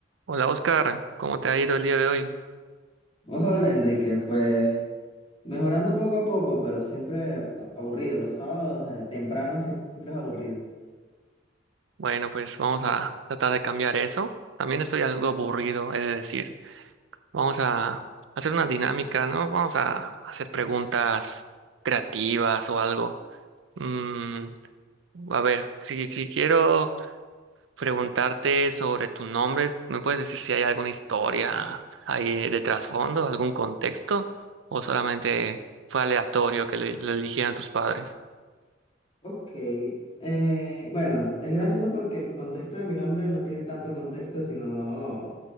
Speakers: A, on the right (about 80°); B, on the left (about 30°).
A: Hola Oscar, ¿cómo te ha ido el día de hoy?
B: Hola Enrique, pues mejorando poco a poco, pero siempre aburrido. Los sábados eh, temprano siempre es aburrido.
A: Bueno, pues vamos a tratar de cambiar eso. También estoy algo aburrido, he de decir. Vamos a hacer una dinámica, ¿no? Vamos a hacer preguntas creativas o algo. Mm, a ver, si, si quiero preguntarte sobre tu nombre, ¿me puedes decir si hay alguna historia ahí de trasfondo, algún contexto? ¿O solamente fue aleatorio que le, lo eligieran tus padres?
B: Ok, eh, bueno, es gracioso porque el contexto de mi nombre no tiene tanto contexto, sino... O